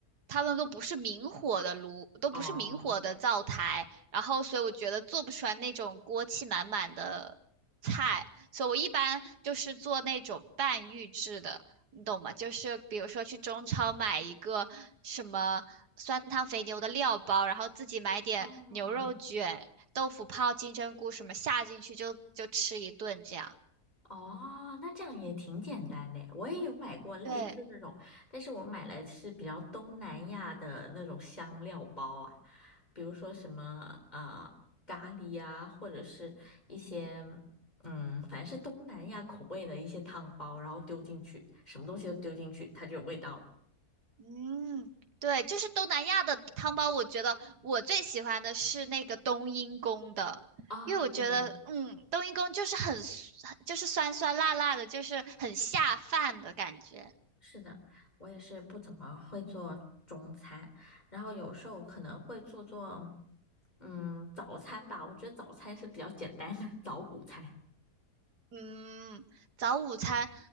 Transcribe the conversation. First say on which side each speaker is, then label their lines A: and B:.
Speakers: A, on the right; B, on the left.
A: 他们都不是明火的炉，都不是明火的灶台，
B: 哦，
A: 然后所以我觉得做不出来那种锅气满满的菜，所以我一般就是做那种半预制的。你懂吗？就是比如说去中超买一个什么酸汤肥牛的料包，然后自己买点牛肉卷、
B: 哦，
A: 豆腐泡、金针菇什么下进去就就吃一顿这样。
B: 哦，那这样也挺简单的耶我也有买过类似这种，
A: 对，
B: 但是我买来是比较东南亚的那种香料包啊，比如说什么呃咖喱啊，或者是一些嗯，反正是东南亚口味的一些汤包，然后丢进去，什么东西都丢进去，它就有味道了。
A: 嗯，对，就是东南亚的汤包，我觉得我最喜欢的是那个冬阴功的，
B: 啊、
A: 因为我觉得，
B: 对对对。
A: 嗯，冬阴功就是很就是酸酸辣辣的，就是很下饭的感觉。
B: 是的，我也是不怎么会做中餐，然后有时候可能会做做，嗯，早餐吧。我觉得早餐是比较简单的，早午餐。
A: 嗯，早午餐，